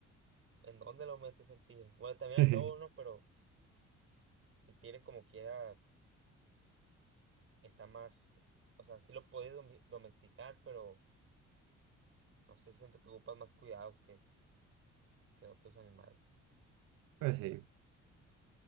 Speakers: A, on the right; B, on the right.
A: ¿en dónde lo metes el tigre? Bueno, también
B: <laughs>
A: el lobo, ¿no? Pero el tigre como quiera. está más, o sea, sí lo puedes domi- domesticar, pero no sé, siento que ocupas más cuidados que, que otros animales.
B: Pues sí.